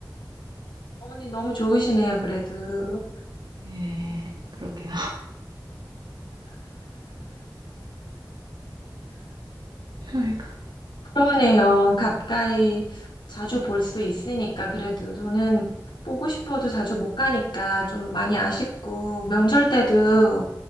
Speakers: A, on the left; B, on the right.
A: 어머니 너무 좋으시네요, 그래도.
B: 예, 그러게요. 그러니까.
A: 부럽네요. 가까이 자주 볼 수 있으니까, 그래도. 저는 보고 싶어도 자주 못 가니까 좀 많이 아쉽고, 명절 때도